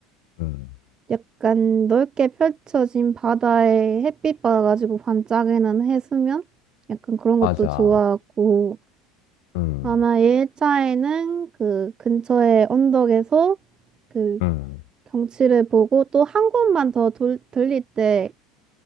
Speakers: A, on the left; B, on the right.
A: 음,
B: 약간 넓게 펼쳐진 바다에 햇빛 받아가지고 반짝이는 해수면? 약간 그런 것도
A: 맞아.
B: 좋아하고.
A: 음,
B: 아마 1차에는 그 근처의 언덕에서 그
A: 음,
B: 경치를 보고 또 한 곳만 더 돌, 들릴 때